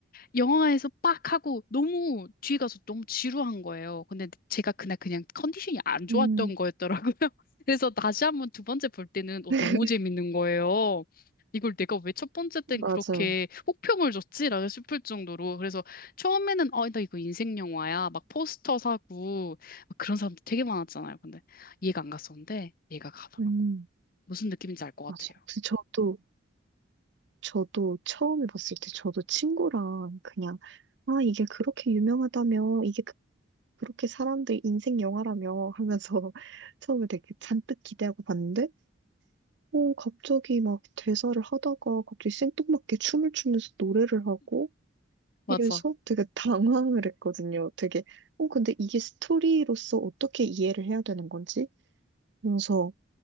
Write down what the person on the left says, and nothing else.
영화에서 빡 하고 너무 뒤에 가서 너무 지루한 거예요. 근데 제가 그날 그냥 컨디션이 안 좋았던
거였더라고요. <laughs> 그래서 다시 한번 두 번째 볼 때는 어,
너무 재밌는 거예요. 이걸 내가 왜 첫 번째 땐
그렇게 혹평을 줬지라고 싶을 정도로 그래서 처음에는 어, 나 이거 인생 영화야 막 포스터 사고 막 그런 사람들 되게 많았잖아요. 근데 이해가 안 갔었는데 이해가 가더라고.
무슨 느낌인지 알 것 같아요.
맞아.